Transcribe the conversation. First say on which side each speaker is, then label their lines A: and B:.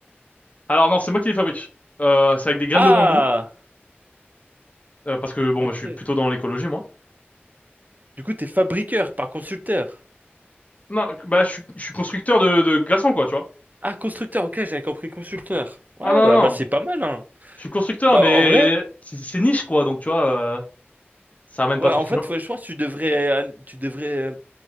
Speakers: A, on the left; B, on the right.
A: Alors non, c'est moi qui les fabrique. Euh, c'est avec des graines
B: Ah!
A: de bambou, euh, parce que bon,
B: Ok.
A: bah, je suis plutôt dans l'écologie, moi.
B: Du coup, t'es fabriqueur, pas consulteur.
A: Non, bah je suis, je suis constructeur de, de glaçons, quoi, tu vois.
B: Ah, constructeur, ok, j'avais compris consulteur. Ouais,
A: Ah non,
B: bah,
A: non,
B: bah, c'est pas mal, hein.
A: je suis constructeur,
B: Bah
A: mais
B: en vrai,
A: c'est c'est niche, quoi, donc tu vois, euh, ça ramène
B: ouais,
A: pas trop
B: en
A: de
B: fait,
A: clients.
B: ouais, je pense que tu devrais, euh, tu devrais euh,